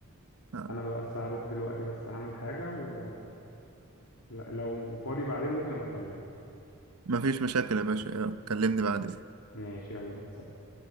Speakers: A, on the right; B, on the left.
A: آه،
B: أنا بقى بس هروح دلوقتي بس هعمل حاجة و لا- لو فاضي بعدين ممكن أبقى أكلمك
A: مفيش مشاكل يا باشا آه، كلمني بعدين
B: ماشي يلا مع السلامة